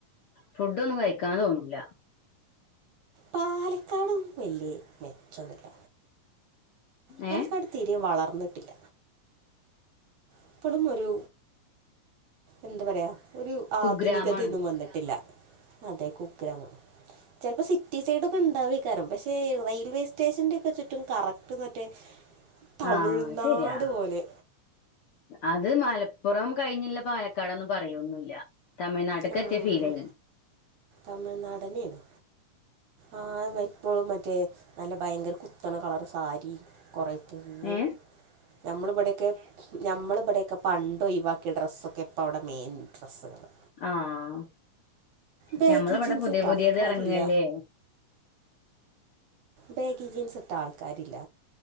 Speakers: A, on the left; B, on the right.
A: ഫുഡൊന്നും കഴിക്കാൻ തോന്നില്ല
B: പാലക്കാടും വല്ലേ മെച്ച ന്നുല്ല പാലക്കാട്
A: ഏഹ്
B: തീരേം വളർന്നിട്ടില്ല ഇപ്പളും ഒരു എന്താ പറയാ ഒരു ആധുനികതയൊന്നും
A: കുഗ്രാമാണ്
B: വന്നിട്ടില്ല അതെ കുഗ്രാമം ചിലപ്പോ സിറ്റി റ്റി സൈഡ ഒക്കെ ഉണ്ടാവക്കാരം പക്ഷേ റെയിൽവേ സ്റ്റേഷന്റെ ഒക്കെ ചുറ്റും കറത്തു മറ്റേ തമിഴ്നാട്
A: ആഹ് ശരിയാ
B: പോലെ
A: അത് മലപ്പുറം കഴിഞ്ഞില്ല പാലക്കാടന്ന് പറയോന്നല്ല തമിഴ് നാട്ടിക്ക്
B: ആഹ്
A: എത്തിയ ഫീലായി
B: തമിഴ്നാട് തന്നെയാണ് ആ എപ്പോഴും മറ്റേ നല്ല ഭയങ്കര കുത്തണ കളർ സാരി കുറെ
A: ഏ
B: <inaudible> നമ്മളിവിടെയൊക്കെ നമ്മൾവിടെക്കെ പണ്ട് ഒഴിവാക്കിയ ഡ്രസ്സൊക്കെ ഇപ്പ അവിടെ മെയിൻ ഡ്രസ്സുകള്
A: ആഹ
B: ബാഗി
A: ഞമ്മളവിടെ
B: ജീൻസ്
A: പുതിയ
B: ഇട്ട
A: പുതിയത്
B: ആൾക്കാരില്ല
A: ഇറങ്ങല്ലേ
B: ബേഗി ജീൻസ് ഇട്ട ആൾക്കാരില്ല